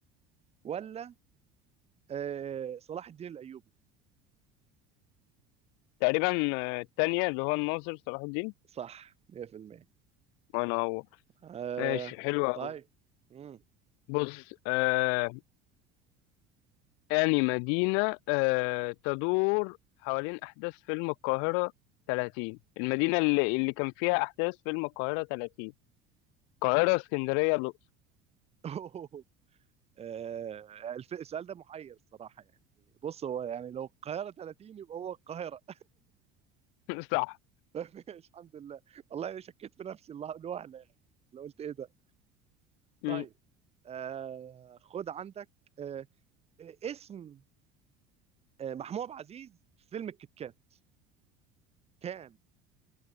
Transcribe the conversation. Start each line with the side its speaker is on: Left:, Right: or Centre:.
Right: ولا آه صلاح الدين الايوبي
Left: تقريبا آه، التانية اللي هو الناظر صلاح الدين
Right: صح 100%
Left: وانا هو
Right: آه
Left: ماشي حلوة
Right: طيب امم
Left: بص آه يعني مدينة آه، تدور حوالين أحداث فيلم القاهرة 30 المدينة اللي, اللي كان فيها أحداث فيلم القاهرة 30 القاهرة اسكندرية الأقصر
Right: <laughs> آه الف- السؤال ده محير الصراحه يعني بص هو يعني لو القاهره 30 يبقى هو القاهره
Left: <laughs> صح
Right: <laughs> ماشي الحمد لله والله انا شكيت في نفسي الله- الوهله يعني لو قلت ايه ده
Left: م.
Right: طيب آه خد عندك آه اسم آه محمود عبد العزيز في فيلم الكتكات كان